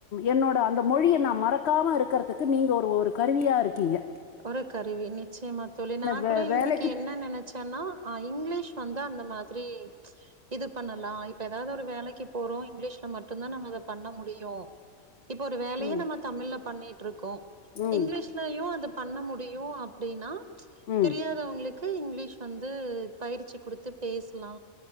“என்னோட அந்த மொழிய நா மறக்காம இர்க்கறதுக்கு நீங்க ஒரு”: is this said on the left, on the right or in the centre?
Left